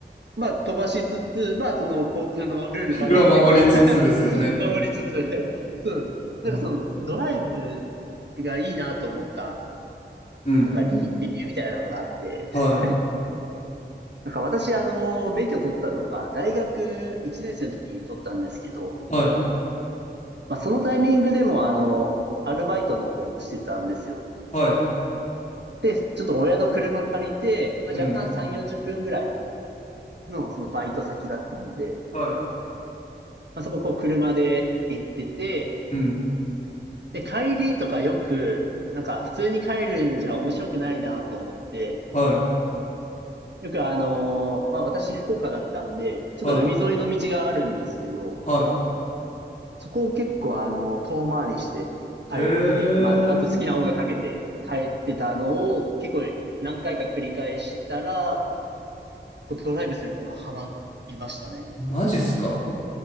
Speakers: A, on the right (about 70°); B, on the left (about 45°).
A: まあ飛ばしつつ、まあその交通のルール守って
B: ルアー守りつつですよね。
A: <laughs> 守りつつ、そうなんです。なんかそのドライブ
B: うん。
A: がいいなと思った、
B: うん
A: なんか理、理由みたいなのがあって、
B: はい。
A: <laughs> なんか私、あの、免許取ったのが、大学1年生の時に取ったんですけど、
B: はい。
A: まあ、そのタイミングでも、あの、アルバイトの方もしてたんですよ。
B: はい。
A: で、ちょっと親の車借りて、まあ、
B: うん。
A: 若干3、40分ぐらいの、そのバイト先だったんで、
B: はい。
A: まあ、そこ、こう、車で行ってて、
B: うん。
A: で、帰りとかよく、なんか、普通に帰るんじゃ面白くないなと思って、
B: はい。
A: よくあのーまあ私福岡だったんで、ちょっと海沿いの道があるんですけど、
B: はい。は
A: そこを結構あの遠回りして帰って、
B: い。へえ。
A: まああと好きな音楽かけて帰ってたのを結構何回か繰り返したら、こうドライブするのがハマりましたね。
B: あマジっすか。